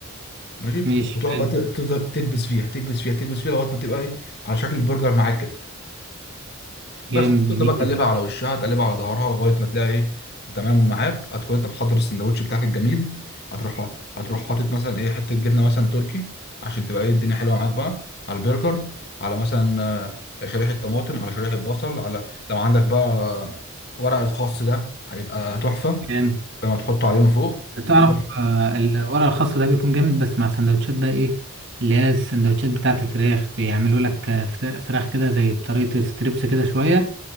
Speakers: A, on the left (about 50°); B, on the right (about 55°).
A: ماشي
B: ماشي
A: وتقعد
B: حلو
A: بقى ت- تفضل تكبس فيها تكبس فيها تكبس فيها لغاية ما تبقى ايه على شكل برجر معاك كده
B: جامد
A: بس تبقى
B: جميل
A: بقى تقلبها على وشها تقلبها على ظهرها لغايه ما تلاقي ايه تمام معاك هتكون انت محضر السندوتش بتاعك الجميل هتروح هتروح حاطط مثلا ايه حته جبنه مثلا تركي عشان تبقى ايه الدنيا حلوه معاك بقى على البرجر على مثلا آه، شريحه طماطم على شريحه بصل على لو عندك بقى آه، ورق الخاص ده هيبقى تحفه
B: جامد
A: لما تحطه عليه من فوق
B: تعرف
A: وتروح
B: آه، الورق الخاص ده بيكون جامد بس مع سندوتشات بقى إيه اللي هي السندوتشات بتاعة الفراخ بيعملوا لك آه، فت- فراخ كده زي بطريقة ستريبس كده شوية